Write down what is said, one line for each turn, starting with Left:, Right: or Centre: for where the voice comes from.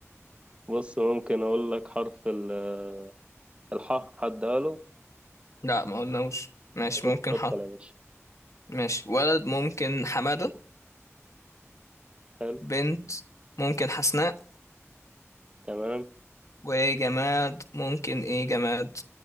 Right: بص ممكن اقول لك حرف ال- الحاء عدها له
Left: لا ما قلناش ماشي
Right: ادخل
Left: ممكن
Right: ادخل
Left: ح
Right: يا باشا
Left: ماشي ولد ممكن حمادة
Right: حلو
Left: بنت ممكن حسناء
Right: تمام
Left: وجماد ممكن ايه جماد